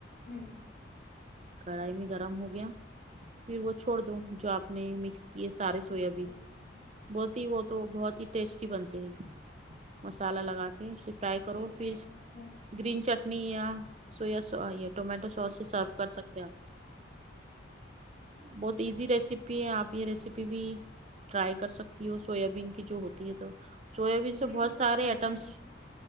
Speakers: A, on the left; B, on the right.
A: ہوں
B: کڑھائی میں گرم ہو گیا پھر وہ چھوڑ دو جو آپ نے مکس کئے سارے
A: منچورین
B: سویابین بہت ہی وہ تو بہت ہی ٹیسٹی بنتے ہیں مصالہ لگا کے پھر فرائی کرو
A: ٹائپ
B: پھر
A: رکھتے ہیں
B: گرین چٹنی یا سویا سو یا ٹومیٹو سوس سے سرف کر سکتے ہیں بہت ایزی ریسیپی ہے آپ یہ ریسیپی بھی ٹرائی کر سکتی ہو سویابین کی جو ہوتی ہے تو سویابین
A: کی
B: اور سارے
A: میں ٹرائی
B: آئٹمس
A: کروں گی